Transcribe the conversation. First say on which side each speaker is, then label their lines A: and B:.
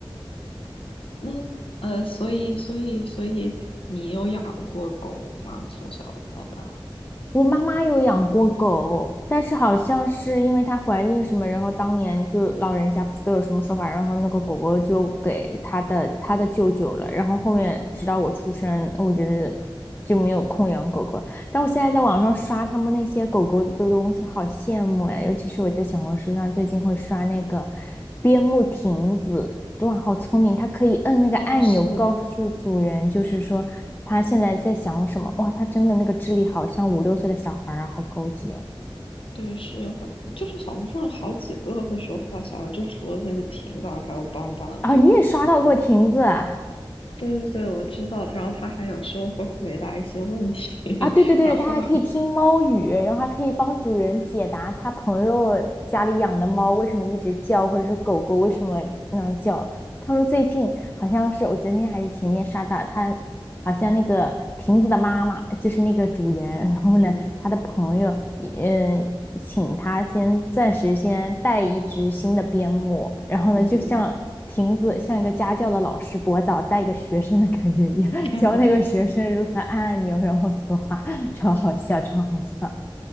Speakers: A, on the left; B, on the left.
A: 那呃，所以所以所以你有养过狗吗？从小到大？
B: 我妈妈有养过狗，但是好像是因为她怀孕什么，然后当年就老人家不是都有什么说法，然后那个狗狗就给她的她的舅舅了，然后后面直到我出生，
A: 嗯，
B: 我觉得就没有空养狗狗。但我现在在网上刷他们那些狗狗的东西，好羡慕呀！尤其是我在小红书上最近会刷那个边牧亭子，哇，好聪明！他可以摁那个按钮，
A: 哦，是，
B: 告诉主人，就是说他现在在想什么。哇，他真的那个智力好像五六岁的小孩儿啊，好高级哦！
A: 对，是有很，就是小红书上好几个会说话小，就除了那个婷枣，还有邦邦，
B: 啊、
A: 对吧？
B: 你也刷到过亭子啊？
A: 对对对，我知道。然后他还有时候会回答一些问题，
B: 啊，对对对，
A: <laughs> 然后
B: 它还可以听猫语，然后还可以帮主人解答他朋友家里养的猫为什么一直叫，或者是狗狗为什么能叫。他们最近好像是我昨天还是前天刷到，他好像那个亭子的妈妈就是那个主人，然后呢，
A: 嗯
B: 他的朋友也嗯呃请他先暂时先带一只新的边牧，然后呢，
A: 嗯嗯，
B: 就像亭子像一个家教的老师博导带一个学生的感觉一样。
A: <laughs>
B: 教那个学生如何按按钮然后说话，超好笑，超好笑